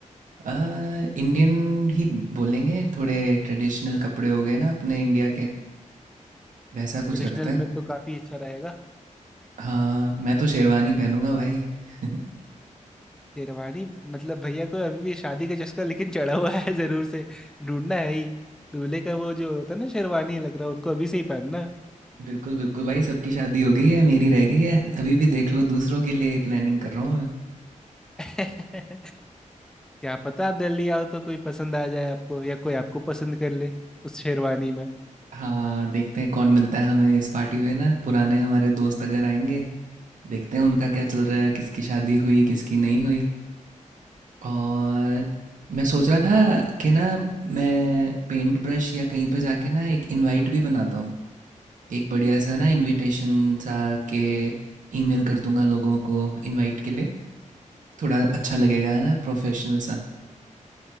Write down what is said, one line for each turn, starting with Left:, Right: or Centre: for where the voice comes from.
Right: आ, इंडियन ही बोलेंगे थोड़े ट्रेडिशनल कपड़े हो गए ना अपने इंडिया के वैसा कुछ
Centre: ट्रेडिशनल
Right: रखते हैं
Centre: में तो काफी अच्छा रहेगा
Right: हाँ मैं तो शेरवानी पहनूंगा भाई <laughs>
Centre: शेरवानी मतलब भैया को अभी भी शादी का चस्का लेकिन चढ़ा हुआ है जरूर से ढूंढना है ही दूल्हे का वो जो होता है ना शेरवानी लग रहा है उनको अभी से ही पहनना
Right: बिल्कुल बिल्कुल भाई सबकी शादी हो गई है मेरी रह गई है अभी भी देख लो दूसरों के लिए प्लानिंग कर रहा हूँ मैं
Centre: <laughs> क्या पता आप दिल्ली आओ तो कोई पसंद आ जाए आपको या कोई आपको पसंद कर ले उस शेरवानी में
Right: हाँ देखते हैं कौन मिलता है हमें इस पार्टी में ना पुराने हमारे दोस्त अगर आएंगे देखते हैं उनका क्या चल रहा है किसकी शादी हुई किसकी नहीं हुई और मैं सोच रहा था कि ना मैं पेंट ब्रश या कहीं पे जाके ना एक इनवाइट भी बनाता हूँ एक बढ़िया सा ना इनविटेशन सा के ईमेल कर दूंगा लोगों को इनवाइट के लिए थोड़ा अच्छा लगेगा है ना प्रोफेशनल सा